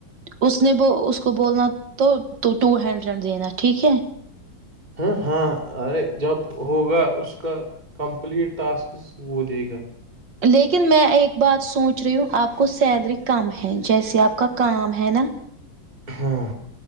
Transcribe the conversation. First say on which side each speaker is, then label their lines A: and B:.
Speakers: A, on the right (about 65°); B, on the right (about 20°).
A: اس نے ب اس کو بولنا تو تو ٹو ہنڈریڈ دینا ٹھیک ہے
B: ہاں ہاں جب ہوگا اس کا کمپلیٹ ٹاسک وہ دے گا
A: لیکن میں ایک بات سوچ رہی ہوں آپ کو سیلری کم ہے جیسے آپ کا کام ہے نا
B: ہاں